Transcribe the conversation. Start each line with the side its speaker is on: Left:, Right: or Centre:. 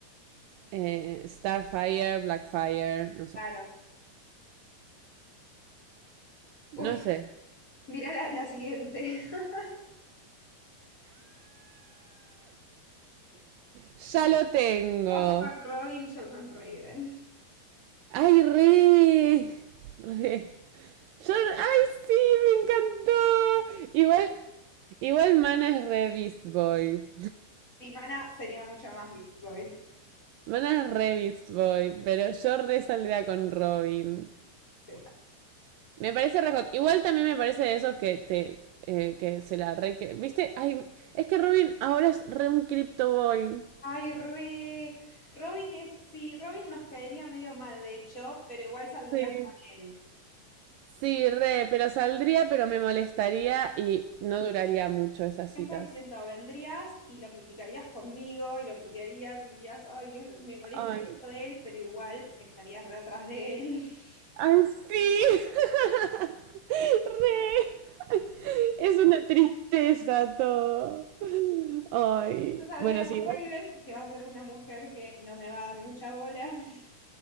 Right: eh, Starfire, Blackfire, no sé.
Left: Claro. Uf,
Right: No sé.
Left: mirá <laughs> la, la siguiente. <laughs>
Right: Ya lo tengo.
Left: Vos con Robin, yo con Raven.
Right: Ay, re, re. Yo, ¡Ay, sí! ¡Me encantó! Igual, igual Mana es re Beast Boy.
Left: Timana sería mucho más Beast Boy.
Right: Mana es re Beast Boy, pero yo re saldría con Robin.
Left: Sí.
Right: Me parece re hot. Igual también me parece de esos que te. eh, que se la re. que- ¿Viste? Ay, es que Robin ahora es re un Crypto Boy.
Left: Ay, re. Robin es. Sí, Robin nos caería medio mal, de hecho, pero igual saldrías
Right: Sí.
Left: con él.
Right: Sí, re, pero saldría, pero me molestaría y no duraría mucho esas
Left: Cien
Right: citas.
Left: por ciento vendrías y lo criticarías conmigo y lo putearías y dirías, ay, es- me molesta
Right: Ay,
Left: esto de él, pero igual estarías re atrás de él. <laughs>
Right: Ay, sí. <laughs> Re. Es una tristeza todo. Ay,
Left: Yo saldría
Right: bueno,
Left: con
Right: sí, igual-
Left: Raven, que va a ser una mujer que no me va a dar mucha bola. <laughs>